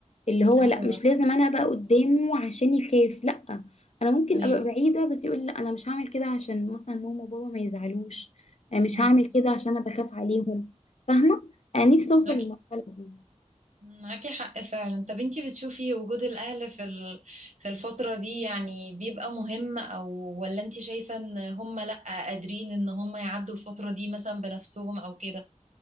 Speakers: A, on the left; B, on the right.
A: اللي هو
B: ايوه
A: لا مش لازم انا ابقى قدامه عشان يخاف لا انا ممكن
B: ايوه
A: ابقى بعيدة بس يقول لا انا مش هعمل كده عشان مثلا ماما وبابا ما يزعلوش أنا مش
B: ايوه
A: هعمل كده عشان انا بخاف عليهم فاهمة انا نفسي
B: معاك
A: اوصل للمرحلة دي
B: معاكي حق فعلا طب انتي بتشوفي وجود الأهل في ال- في الفترة دي يعني بيبقى مهم أو ولا انتي شايفة ان هم لأ قادرين ان هم يعدوا الفترة دي مثلا بنفسهم أو كده